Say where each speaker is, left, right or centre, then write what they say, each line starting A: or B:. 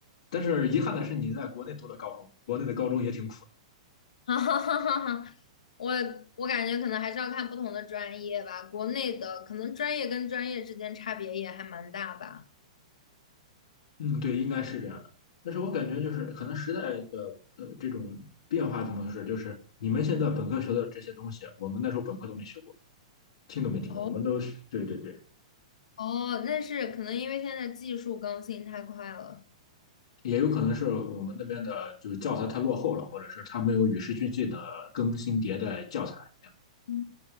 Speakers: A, on the left; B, on the left.
A: 但是遗憾的是，你在国内读了高中，国内的高中也挺苦
B: <laughs> 哈哈哈哈哈！我我感觉可能还是要看不同的专业吧，国内的可能专业跟专业之间差别也还蛮大吧。
A: 嗯，对，应该是这样的。但是我感觉就是可能时代的呃这种变化怎么回事？就是你们现在本科学的这些东西，我们那时候本科都没学过，听都没听过。
B: 哦
A: 我们都是对对对，
B: 哦，那是可能因为现在技术更新太快了，
A: 也有可能是我们那边的就是教材太落后了，或者是它没有与时俱进的更新迭代教材一样。
B: 嗯